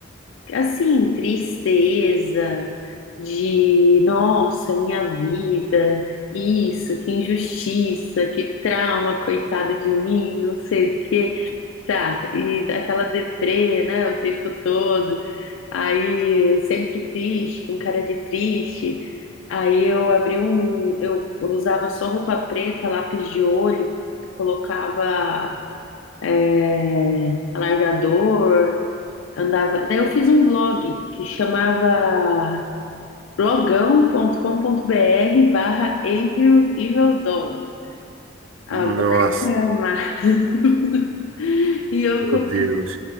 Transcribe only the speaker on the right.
Nossa,
meu
Deus.